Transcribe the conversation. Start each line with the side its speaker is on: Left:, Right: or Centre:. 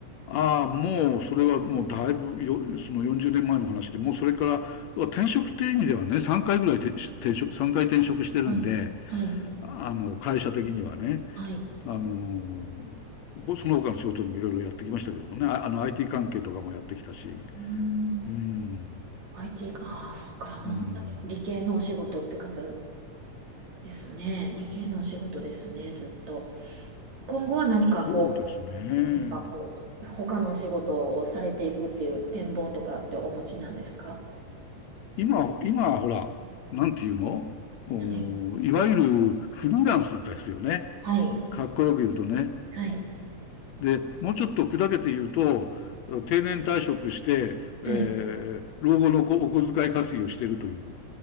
Left: ああ、もう、それはもうだいぶよ、その40年前の話で、もうそれから、うわ転職っていう意味ではね、3回ぐらいてし転職、3回転職してるんで、
Right: はい。はい。
Left: あの、会社的にはね、
Right: はい。
Left: あの、ほその他の仕事にもいろいろやってきましたけどもね、あ、あの、IT 関係とかもやってきたし、
Right: うーん。
Left: うん、
Right: IT か。ああ、そっか。もう本当に理系のお仕事って方
Left: うん。
Right: ですね。理系のお仕事ですね、ずっと。今後は何かこ
Left: そうですね。
Right: う、なんかこう、他のお仕事をされていくっていう展望とかってお持ちなんですか
Left: 今、今、ほら、なんていうのおーいわゆるフリーランスですよね。
Right: はい。はい。
Left: かっこよく言うとね。
Right: はい。
Left: で、もうちょっと砕けて言うと、定年退職して、
Right: はい。
Left: えー老後のお小お小遣い稼ぎをしているという